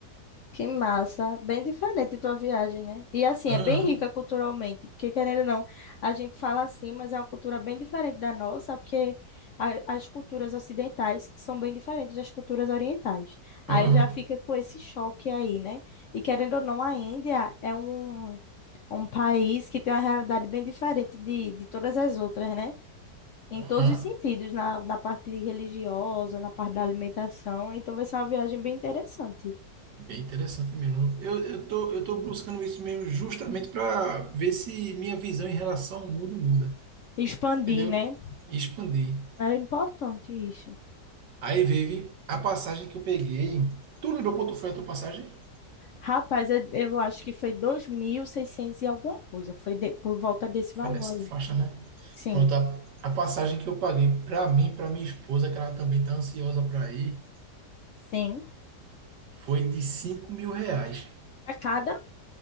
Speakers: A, on the left (about 65°); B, on the right (about 75°).
A: Que massa, bem diferente tua viagem, né? E assim,
B: Aham,
A: é bem rica culturalmente, porque querendo ou não, a gente fala assim, mas é uma cultura bem diferente da nossa, porque a- as culturas ocidentais são bem diferentes das culturas orientais. Aí
B: aham,
A: já fica com esse choque aí, né? E querendo ou não, a Índia é um, um país que tem uma realidade bem diferente de, de todas as outras, né? Em
B: aham.
A: todos os sentidos, na, na parte religiosa, na parte da alimentação. Então vai ser uma viagem bem interessante.
B: Bem interessante mesmo. Eu, eu tô, eu tô buscando isso mesmo justamente para ver se minha visão em relação ao mundo muda,
A: Expandir,
B: entendeu?
A: né?
B: E expandir.
A: É importante isso.
B: Aí veio a passagem que eu peguei. Tu lembrou quanto foi a tua passagem?
A: Rapaz, eu, eu acho que foi 2.600 e seiscentos e alguma coisa. Foi de- por volta desse valor
B: Foi nessa
A: aí.
B: faixa, né?
A: Sim,
B: Pronto, a, a passagem que eu paguei para mim, para minha esposa, que ela também tá ansiosa para ir,
A: sim.
B: foi de cinco mil reais
A: Para cada.